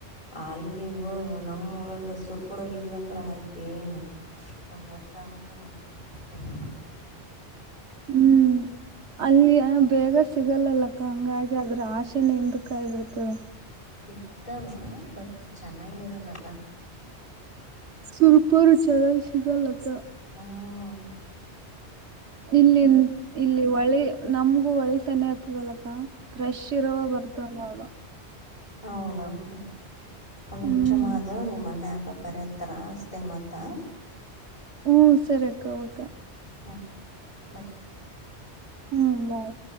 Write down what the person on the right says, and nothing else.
ಹ್ಮ್ ಅಲ್ಲಿ ಬೇಗ ಸಿಗಲ್ಲ ಅಕ್ಕ ಹಂಗಾಗಿ ಅಂದ್ರೆ ಆಸೆನೆ ಹಿಂದಕಾಯ್ಬಿಡ್ತದೆ.
ಸುರ್ಪೂರ ಚೆ <unintelligible> ಸಿಗಲಕ್ಕಾ
ಇಲ್ಲಿ ಇಲ್ಲಿ ಒಳಿ ನಮಗೂ ಒಳಿ ಸನೆ ಆತದಲ್ಲಕ್ಕಾ ಫ್ರೆಶ್ ಇರುವ ಬರ್ತಾವ ನೋಡು.
ಹ್ಮ್
ಹ್ಮೂ ಸರಿ ಅಕ್ಕಾ ಓಕೆ.
ಹ್ಮು ಬಾಯ್.